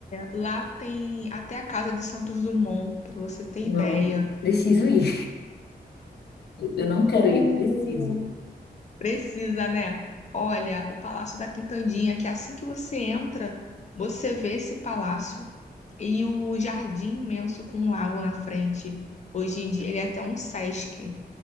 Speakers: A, on the left (about 45°); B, on the left (about 80°).
A: lá tem até a Casa de Santos Dumont, para você ter
B: Não,
A: ideia.
B: preciso ir. Eu não quero
A: O,
B: ir, preciso.
A: Precisa, né? Olha, o Palácio da Quintandinha, que é assim que você entra, você vê esse palácio e o jardim imenso com um lago na frente. Hoje em dia ele é até um Sesc,